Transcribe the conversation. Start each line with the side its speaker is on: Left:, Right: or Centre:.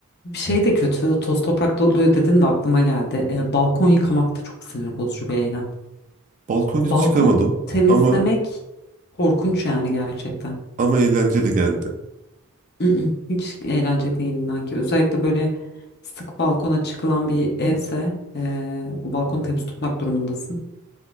Left: bir şey de kötü. Toz toprak doluyor dedin de aklıma geldi. E, balkon yıkamak da çok sinir bozucu bir eylem.
Right: Balkon
Left: Balkon
Right: hiç çıkamadım
Left: temizlemek
Right: ama
Left: korkunç yani gerçekten.
Right: ama eğlenceli geldi.
Left: Mm-mm. Hiç eğlence değil inan ki. Özellikle böyle sık balkona çıkılan bir evse eee, o balkonu temiz tutmak durumundasın.